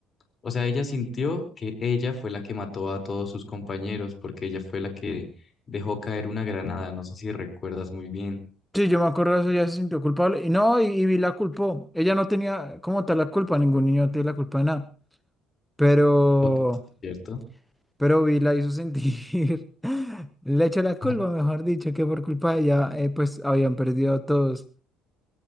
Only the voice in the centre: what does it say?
Sí, yo me acuerdo de eso, ya se sintió culpable. Y no, y, y Vi la culpó. Ella no tenía como tal la culpa, ningún niño tiene la culpa de nada. Pero,
pero Vi la hizo sentir. <laughs> Le echó la culpa,
mejor dicho, que por culpa de ella, eh, pues habían perdido a todos.